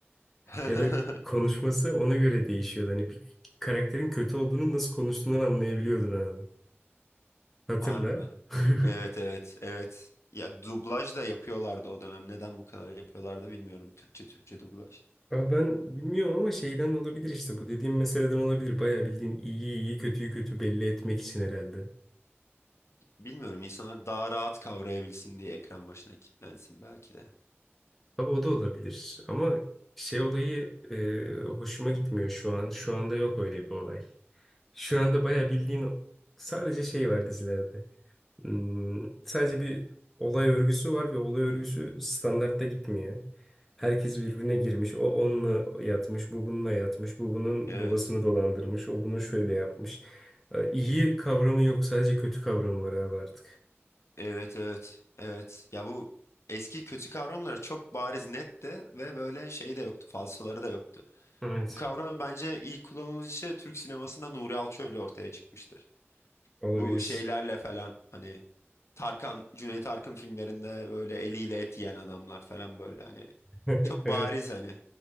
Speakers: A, on the left; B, in the centre.
A: <laughs>
B: Ya da konuşması ona göre değişiyordu. Hani bir karakterin kötü olduğunu nasıl konuştuğundan anlayabiliyordun abi. Hatırla.
A: Harbi.
B: <laughs>
A: Evet evet evet. Ya dublaj da yapıyorlardı o dönem. Neden bu kadar yapıyorlardı bilmiyorum. Türkçe Türkçe dublaj.
B: Ama ben bilmiyorum ama şeyden olabilir işte bu dediğim meseleden olabilir. Bayağı bildiğin iyiyi iyi kötüyü kötü belli etmek için herhalde.
A: Bilmiyorum insanlar daha rahat kavrayabilsin diye ekran başına kilitlensin belki de.
B: Abi o da olabilir ama şey olayı e, hoşuma gitmiyor şu an. Şu anda yok öyle bir olay. Şu anda bayağı bildiğin o- sadece şey var dizilerde. Hmm, sadece bir olay örgüsü var ve olay örgüsü standartta gitmiyor. Herkes birbirine girmiş. O onunla yatmış, bu bununla yatmış, bu bunun
A: Evet.
B: babasını dolandırmış, o bunu şöyle yapmış. E, İyi kavramı yok, sadece kötü kavramı var abi artık.
A: Evet evet. Evet. Ya bu eski kötü kavramları çok bariz netti ve böyle şey de yoktu. Falsoları da yoktu.
B: Evet,
A: Bu kavram bence ilk kullanılışı Türk sinemasında Nuri Alço ile ortaya çıkmıştır.
B: olabilir.
A: Bu şeylerle falan hani Tarkan, Cüneyt Arkın filmlerinde böyle eliyle et yiyen adamlar falan böyle hani.
B: <laughs>
A: Çok bariz
B: Evet.
A: hani.